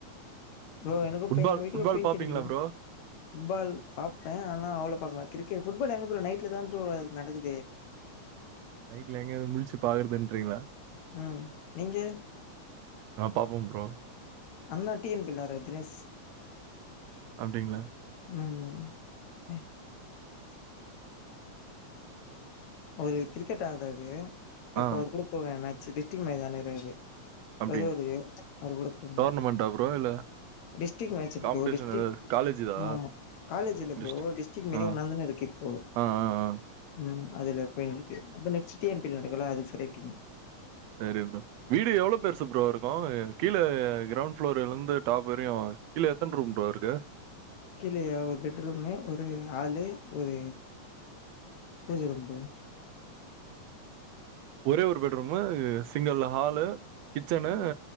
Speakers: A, on the left; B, on the right.
A: ப்ரோ எனக்கு
B: ஃபுட்பால்
A: இப்ப எங்க வீட்டுக்கு
B: ஃபுட்பால்
A: பெயின்ட்
B: பாப்பீங்களா
A: அடிக்கணு
B: ப்ரோ?
A: ஃபுட்பால் பாப்ப அதனா அவ்ளோ பாக்க மாட் கிரிக்கெட் ஃபுட்பால் எங்க ப்ரோ நைட்ல தா ப்ரோ நடக்குது
B: நைட்ல எங்கேயாவது முழிச்சு பாக்றது ரிங்ளா
A: ம் நீங்க
B: நான் பாப்பேன் ப்ரோ.
A: அண்ணா டீன் பிள்ளாரு தினேஷ்
B: அப்டிங்ளா
A: ம் ஒரு கிரிக்கெட் ஆகாது இப்ப
B: ஆ.
A: அவரு கூட போவ ம ச்சு டிஸ்டிக் மச் <unintelligible>
B: அப்டிங்களா?
A: வருவாரு அவரு கூட போவ
B: டோர்னமெண்ட்டா ப்ரோ? இல்ல
A: district match
B: competition
A: bro district
B: ஏதாவது காலேஜ் இதா?
A: ஆமாமா காலேஜ் இல்ல
B: டிஸ்ட்ரிக்ட்.
A: ப்ரோ டிஸ்டிக் மரி
B: ஆ.
A: ஒன்னாந்தான இருக்கு இப்போ
B: ஆ, ஆ, ஆ.
A: ம் அதுல போய் இருக்கு இது நெக்ஸ்ட் டியன்பி நடக்குல அது செலக்டிங்க
B: சரி ப்ரோ வீடு எவ்ளோ பெருசு ப்ரோ இருக்கு கீழ க்ரௌண்ட் ஃபுளோர்லிருந்து தாப்பெரிய இல்ல எத்தன ரூம் டோருக்கு
A: கீழயா ஒரு பெட்ரூமு ஒரு ஹால்லு ஒரு பூஜ ரூம்
B: ஒரே ஒரு பெட்ரூமா சிங்கிலா ஹாலு கிச்சன்னு
A: ம்